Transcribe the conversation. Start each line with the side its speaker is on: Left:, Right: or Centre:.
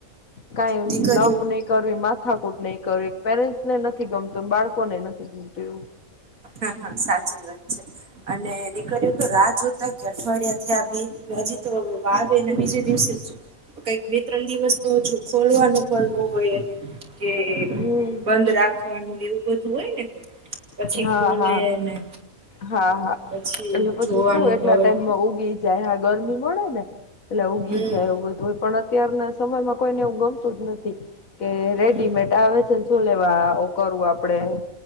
Left: કાઈ
Right: દીકરીઓ
Left: લપ નહી. આવી માથાકૂટ નહી કરવી પેરેન્ટ્સ ને નથી ગમતું બાળકોને નથી ગમતું એ.
Right: હા હા સાચી વાત છે. અને દીકરીઓ તો રા જોતા કે અઠવાડિયા થયા આ દી નજીક તો વાવે એના બીજે દિવસે જ કંઈક બે ત્રણ દિવસ તો હજુ ખોલવાનું પણ ન હોય એને. કે
Left: એવું
Right: એ બંધ રાખવાનું એવું બધું હોય ને, કઈ પછી
Left: હમ
Right: ખોલે
Left: હા હા,
Right: ને
Left: હા હા
Right: પછી
Left: એટલે પછી
Right: જોવાનું
Left: શું એટલા
Right: હોય
Left: ટાઈમ માં ઉગી જારે આ ગરમી મળે ને, એટલે ઉઊગી
Right: હમ
Left: જાયગધ હોય પણ અત્યારના સમયમાં કોઈને એવું ગમતું જ નથી, કે
Right: હમ
Left: રેડીમેડ આવે છેન. શું લેવા ઓ કરું આપડે.